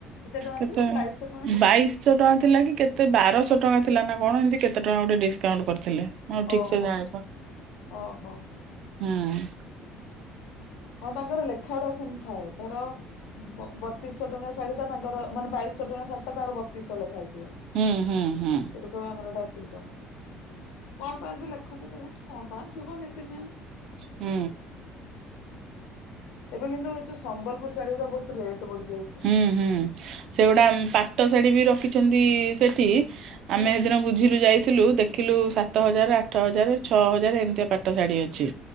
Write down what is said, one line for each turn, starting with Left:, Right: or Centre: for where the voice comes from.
Left: ଟଙ୍କା
Right: କେତେ
Left: ଥିଲା ବାଇଶହ ଟଙ୍କା ଟା
Right: ବାଇ ଶ ଟଙ୍କାଥିଲା କି କେତେ ବାରଶହ ଟଙ୍କା ଥିଲା ନା କଣ ଏମିତି କେତେ ଟଙ୍କା ଗୋଟେ ଡିସକାଉଣ୍ଟ କରିଥିଲେ। ମୁଁ ଆଉ ଠିକ
Left: ଓହୋ
Right: ସେ ଜାଣିପାନି
Left: ଓହୋ।
Right: ହୁଁ।
Left: ହଁ ତାଙ୍କର ଲେଖା ଉଡା ସେମିତି ଥାଏ ଧର ବ ତିଶହ ଟଙ୍କା ଶାଢ଼ୀ ଟା ତାଙ୍କର ମାନେ ବାଇସ ଟଙ୍କା ଶାଢ଼ୀ ତାର ବତିଶ ଲେଖା ହେଇ ଥିବ।
Right: ହୁଁ ହୁଁ ହୁଁ।
Left: ସେଟୁ କହ ଆମର ଏଟା ଅତିକତମ କଣ ପାଆନ୍ତି ଲେଖନ୍ତି କଣ ଟ ଥିବ ନୀତି ନିୟମ
Right: ହୁଁ।
Left: ଏବେ କିନ୍ତୁ ଏଯୋଉ ସମ୍ବଲପୁର ଶାଢୀଅରା ବହୁତ୍ ରେଟ୍ ବଢି ଯାଇଚି।
Right: ହୁଁ ହୁଁ ସେଗୁଡ଼ା ପାଟ ଶାଢ଼ୀବି ରଖିଚନ୍ତି ସେଠି
Left: ହୁଁ।
Right: ଆମେ ସେଦିନ ବୁଝିଲୁ ଯାଇଥିଲୁ ଦେ ଦେଖିଲୁ ସାତ ହଜାରେ ଆଠ ହଜାରେ ଛଅ ହଜାରେ ଏମିତିଆ ପାଠ ଶାଢ଼ୀ ଅଛି।